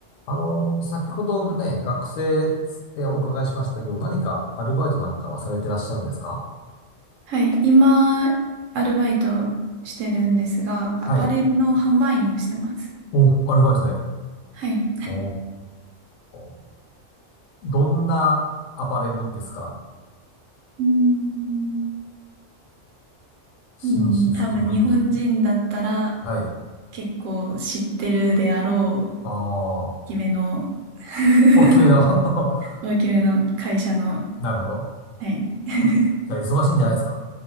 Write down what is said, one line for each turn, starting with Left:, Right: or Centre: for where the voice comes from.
Left: あの、先ほどね、学生ってお伺いしましたけど、何かアルバイトなんかはされてらっしゃるんですか
Right: はい、今、アルバイトしてるんですが、アパレルの販売員をしてます。
Left: はい。お、アルバイトで。
Right: はい。
Left: おー、どんなアパレルですか
Right: うーん、
Left: 紳士服、
Right: うーん多分日本人だったら
Left: 婦人服。はい。
Right: 結構知ってるであろう、
Left: あ
Right: 大きめの、
Left: あ、
Right: <laughs>
Left: 大きめの <laughs>
Right: 大きめの会社の、
Left: なるほど。
Right: はい。<laughs>
Left: そうですね。じゃあ、忙しいんじゃないですか